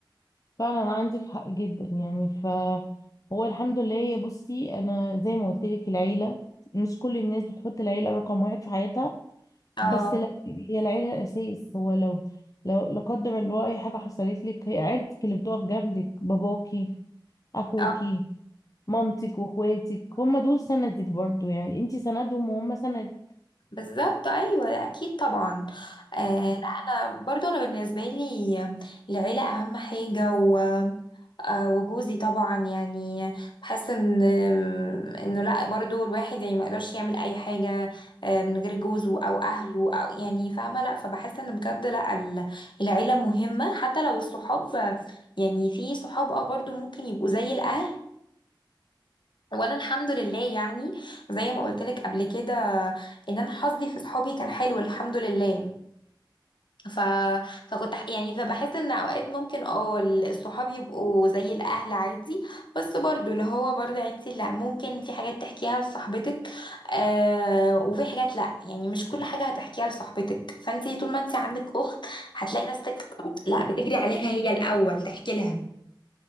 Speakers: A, on the left; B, on the left.
A: فعلا عندك حق جدا يعني ف هو الحمد لله يا بصي انا زي ما قلت لك العيله مش كل الناس بتحط العيله رقم واحد في حياتها
B: اه
A: بس لا هي العيله الاساس هو لو لو لا قدر الله اي حاجه حصلت لك هي عيلتك اللي بتقف جنبك باباكي اخوكي
B: اه
A: مامتك واخواتك هم دول سندك برضو يعني انت سندهم وهم سند
B: بالظبط ايوه ده اكيد طبعا آه لا انا برضو انا بالنسبه لي العيله اهم حاجه و آه وجوزي طبعا يعني بحس ان انه لا برضو الواحد يعني ما يقدرش يعمل اي حاجه آه من غير جوزه او اهله او يعني فاهمه لا فبحس ان بجد لا ال- العيله مهمه حتى لو الصحاب يعني في صحاب اه برضو ممكن يبقوا زي الاهل وانا الحمد لله يعني زي ما قلت لك قبل كده ان انا حظي في صحابي كان حلو الحمد لله ف... فكنت ح- يعني فبحس ان اوقات ممكن اه ال- الصحاب يبقوا زي الاهل عادي بس برضو اللي هو برضو انت لا ممكن في حاجات تحكيها لصاحبتك آه وفي حاجات لا يعني مش كل حاجة هتحكيها لصاحبتك فانت طول ما انت عندك اخت هتلاقي نفسك لا بتجري عليها هي الاول تحكي لها